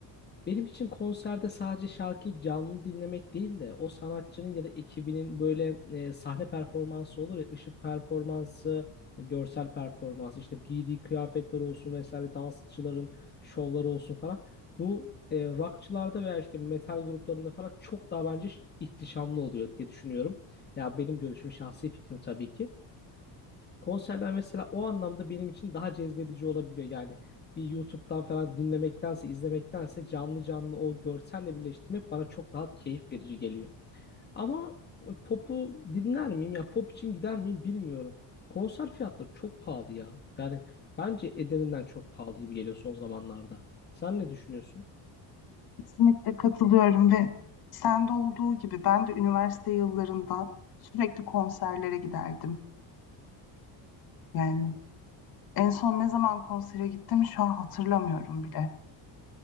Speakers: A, on the left (about 25°); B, on the left (about 55°).
A: benim için konserde sadece şarkıyı canlı dinlemek değil de o sanatçının ya da ekibinin böyle e, sahne performansı olur ya ışık performansı, e, görsel performansı, işte giydiği kıyafetler olsun vesaire dansçıların şovları olsun falan. Bu e, rockçılarda veya işte metal gruplarında falan çok daha bence ihtişamlı oluyor diye düşünüyorum. Ya benim görüşüm şahsi fikrim tabii ki. Konserler mesela o anlamda benim için daha cezbedici olabiliyor. Yani bir YouTube'dan falan dinlemektense, izlemektense canlı canlı o görselle birleştirmek bana çok daha keyif verici geliyor. Ama pop'u dinler miyim ya pop için gider miyim bilmiyorum. Konser fiyatları çok pahalı ya. Yani bence ederinden çok pahalı gibi geliyor son zamanlarda. Sen ne düşünüyorsun?
B: Kesinlikle katılıyorum ve sende olduğu gibi ben de üniversite yıllarında sürekli konserlere giderdim. Yani En son ne zaman konsere gittim şu an hatırlamıyorum bile.